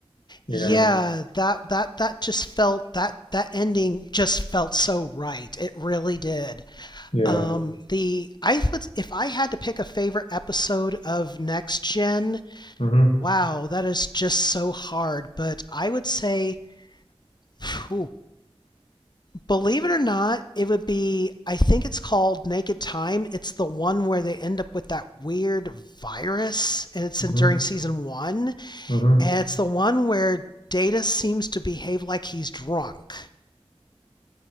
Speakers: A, on the left (about 80°); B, on the left (about 45°).
A: you
B: yeah,
A: know.
B: that that that just felt that that ending just felt so right. It really did.
A: Yeah.
B: Um, the I would if I had to pick a favorite episode of Next Gen,
A: Mm-hmm.
B: wow, that is just so hard. But I would say, phew, believe it or not, it would be. I think it's called Naked Time. It's the one where they end up with that weird virus, and it's
A: Mm-hmm.
B: in during season one.
A: Mm-hmm.
B: And it's the one where Data seems to behave like he's drunk.